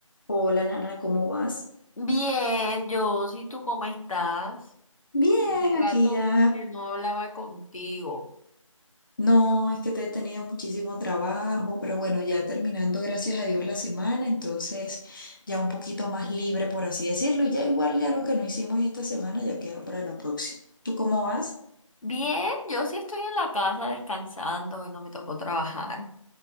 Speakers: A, on the left; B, on the left.
A: Hola, Nana, ¿cómo vas?
B: Bien, yo, ¿y tú cómo estás?
A: Bien,
B: Hace rato
A: aquí ya.
B: que no hablaba contigo.
A: No, es que te he tenido muchísimo trabajo, pero bueno, ya terminando, gracias a Dios, la semana, entonces ya un poquito más libre, por así decirlo, y ya igual ya lo que no hicimos esta semana ya queda para la próxima. ¿Tú cómo vas?
B: Bien, yo sí estoy en la casa descansando y no me tocó trabajar.